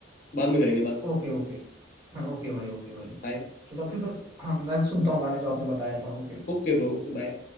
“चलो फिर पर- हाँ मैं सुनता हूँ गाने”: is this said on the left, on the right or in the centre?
Right